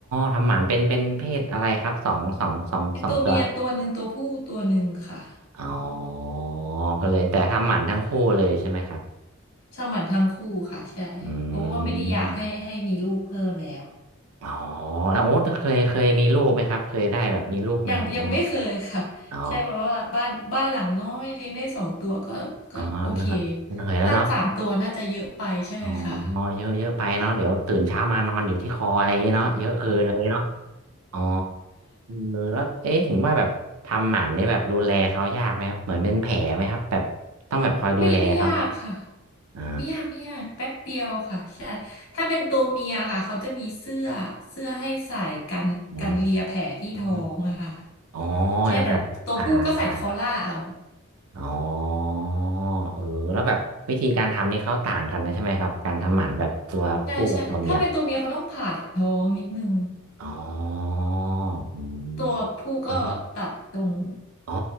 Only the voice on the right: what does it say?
ทำหมันเป็นเป็นเพศอะไรครับสองสองสองสองตัว
อ๋อก็เลยแต่ทำหมันทั้งคู่เลยใช่ไหมครับ
อืมอ๋อแล้วโอ๊ตเคยเคยมีลูกไหมครับเคยได้แบบมีลูกแมวอะไรไหม
อ๋ออ๋อเหนื่อยเหนื่อยแล้วเนาะ
อ๋อเยอะเยอะไปเนาะเดี๋ยวตื่นเช้ามานอนอยู่ที่คออะไรอย่างเงี้ยเนาะเยอะเกินเลยเนาะอ๋อเออแล้วเอ๊ะถึงว่าแบบทำหมันนี่แบบดูแลเขายากไหมครับเหมือนเป็นแผลไหมครับแบบต้องแบบคอยดูแลครับไหม
อ๋อ
อมอ๋อ
จะแบบผ่าผ่า อ๋อเออแล้วแบบวิธีการทำนี่เขาต่างกันนะใช่ไหมครับการทำหมันแบบตัวผู้กับตัวเมีย
อ๋ออืม
แล้วพวกอ๋อ